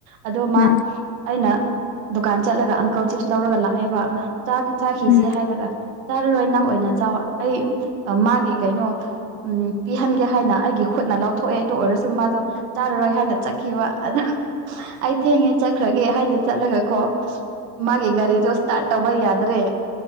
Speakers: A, on the right (about 55°); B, on the left (about 65°).
A: ꯑꯗꯣ ꯃꯥ
B: ꯎꯝ ꯎꯝ
A: ꯑꯩꯅ ꯗꯨꯀꯥꯟ ꯆꯠꯂꯒ ꯑꯪꯀꯜ ꯆꯤꯞꯁ ꯂꯧꯔꯒ ꯂꯥꯛꯑꯦꯕ ꯆꯥ ꯆꯥꯈꯤꯁꯤ
B: ꯎꯝ
A: ꯍꯥꯏꯔꯒ ꯆꯥꯔꯔꯣꯏ ꯅꯪ ꯑꯣꯏꯅ ꯆꯥꯎ ꯑꯩ ꯃꯥꯒꯤ ꯀꯩꯅꯣ ꯎꯝ ꯄꯤꯍꯟꯒꯦ ꯍꯥꯏꯅ ꯑꯩꯒꯤ ꯈꯨꯠꯅ ꯂꯧꯊꯣꯛꯑꯦ ꯑꯗꯨ ꯑꯣꯏꯔꯁꯨ ꯃꯥꯗꯣ ꯆꯥꯔꯔꯣꯏ ꯍꯥꯏꯅ ꯆꯠꯈꯤꯕ ꯑꯗ ꯑꯩ ꯊꯦꯡꯉꯦ ꯆꯠꯈ꯭ꯔꯒꯦ ꯍꯥꯏꯗꯅ ꯆꯠꯂꯒ ꯀꯣ ꯃꯥꯒꯤ ꯒꯥꯔꯤꯗꯣ ꯏꯁꯇꯥꯔꯠ ꯇꯧꯕ ꯌꯥꯗ꯭ꯔꯦ